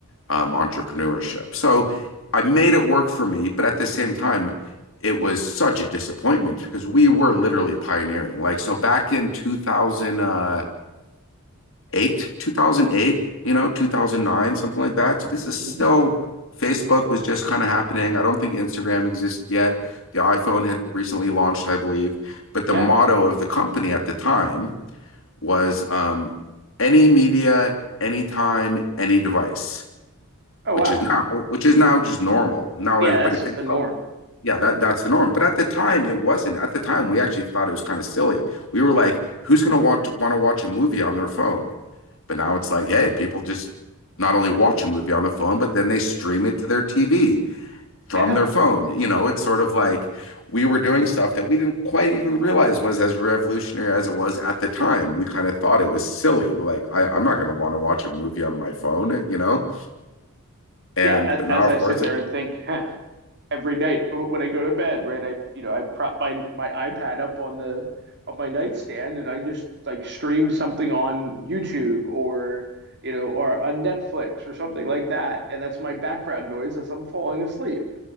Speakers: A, on the left (about 60°); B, on the right (about 50°).
A: um, entrepreneurship. So I made it work for me, but at the same time, it was such a disappointment because we were literally pioneering. Like, so back in 2000, uh, 2008, you know, 2009, something like that. So this is
B: Mhm.
A: still Facebook was just kind of happening. I don't think Instagram existed yet. The iPhone had recently launched, I believe. But the
B: Yeah.
A: motto of the company at the time was um, any media, anytime, any device,
B: Oh
A: which
B: wow.
A: is now, which is now just normal. Now
B: Yeah,
A: everybody
B: that's
A: thinks,
B: just the norm.
A: oh, yeah,
B: And
A: that that's the norm. But at the time, it wasn't. At the time, we actually thought it was kind of silly. We were like, who's gonna watch want want to watch a movie on their phone? But now it's like, hey, people just not only watch
B: <laughs>
A: a movie on the phone, but then they stream it to their TV from
B: yeah,
A: their phone. You know, it's sort of like we were doing stuff that we didn't quite even realize was as revolutionary as it was at the time. We kind of thought it was silly. We're like, I, I'm not gonna want to watch a movie on my phone, you know? And
B: yeah.
A: but now,
B: As
A: of
B: I
A: course,
B: sit there
A: it's
B: and think, huh, every night when I go to bed, right? I you know I prop my my iPad up on the on my nightstand and I just like stream something on YouTube or you know or on Netflix or something like that, and that's my background noise as I'm falling asleep.